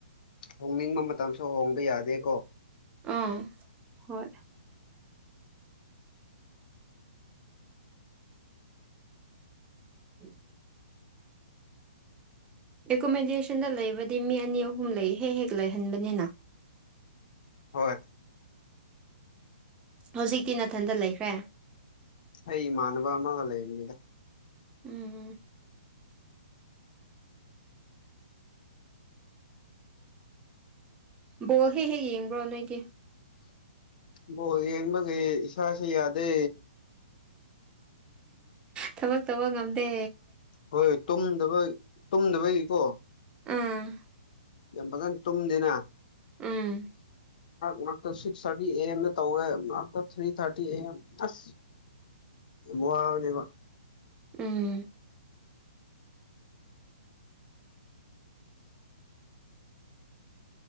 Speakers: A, on the left; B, on the right.
A: ꯍꯣꯡꯅꯤꯡꯕ ꯃꯇꯝꯁꯨ ꯍꯣꯡꯕ ꯌꯥꯗꯦꯀꯣ
B: ꯑꯥ ꯍꯣꯏ ꯎ ꯑꯦꯀꯣꯃꯤꯗꯦꯁꯟꯗ ꯂꯩꯕꯗꯤ ꯃꯤ ꯑꯅꯤ ꯑꯍꯨꯝ ꯂꯩ ꯍꯦꯛ ꯍꯦꯛ ꯂꯩꯍꯟꯕꯅꯤꯅ
A: ꯍꯣꯏ
B: ꯍꯧꯖꯤꯛꯇꯤ ꯅꯥꯊꯟꯇ ꯂꯩꯈ꯭ꯔꯦ
A: ꯑꯩ ꯃꯥꯟꯅꯕ ꯑꯃꯒ ꯂꯩꯦꯃꯤꯗ
B: ꯎꯝ ꯎꯝ ꯕꯣꯜ ꯍꯦꯛ ꯍꯦꯛ ꯌꯦꯡꯕ꯭ꯔꯣ ꯅꯣꯏꯒꯤ
A: ꯕ ꯌꯦꯡꯕꯒꯤ ꯏꯁꯥꯥꯁ ꯌꯥꯗꯦ
B: ꯊꯕꯛ ꯇꯧꯕ ꯉꯝꯗꯦ
A: ꯍꯣꯏꯣꯏ ꯇꯨꯝꯗꯕ ꯇꯨꯝꯗꯕꯩꯀꯣ
B: ꯎꯥ
A: ꯌꯥꯝ ꯐꯖꯅ ꯇꯨꯝꯗꯅ
B: ꯎꯝ
A: ꯉꯇ ꯁꯤꯛꯁ ꯊꯥꯔꯇꯤ ꯑꯦ ꯑꯦꯝꯗ ꯇꯧꯋꯦ ꯉꯛꯇ ꯊ꯭ꯔꯤ ꯊꯥꯔꯇꯤ ꯑꯦ ꯑꯦꯝ ꯑꯁ ꯃꯅꯦꯕ
B: ꯎꯝ